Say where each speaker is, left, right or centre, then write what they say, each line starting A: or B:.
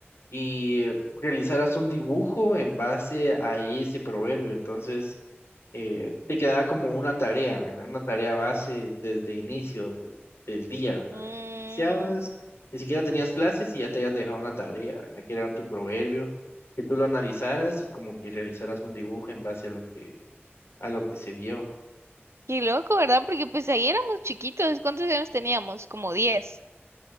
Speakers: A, on the left; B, on the right.
A: y realizaras un dibujo en base a ese proverbio. Entonces, eh, te quedaba como una tarea, ¿verdad? Una tarea base desde inicio del día, ¿verdad?
B: mm,
A: Iniciabas, ni siquiera tenías clases y ya te habían dejado una tarea, ¿verdad? Que era tu proverbio, que tú lo analizaras y como que realizaras un dibujo en base a lo que, a lo que se vio.
B: qué loco, ¿verdad? Porque pues ahí éramos chiquitos. ¿Cuántos años teníamos? Como diez